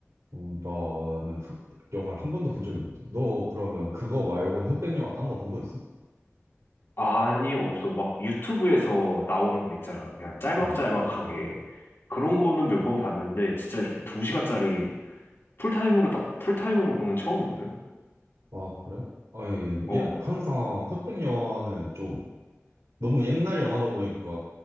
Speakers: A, on the right; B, on the left.
A: 음, 나는 흑백영화를 한 번도 본 적이 없는데. 너 그러면 그거 말고는 흑백영화 딴 거 본 거 있어?
B: 아니, 없어. 막 유튜브에서 나오는 거 있잖아. 그냥 짤막짤막하게.
A: 응
B: 그런 거는 몇 번 봤는데, 진짜 이렇게 두 시간짜리 풀타임으로, 다, 풀타임으로 본 건 처음이거든?
A: 아, 그래? 아니,
B: 어,
A: 예, 항상 흑백영화는 좀 너무 옛날 영화다 보니까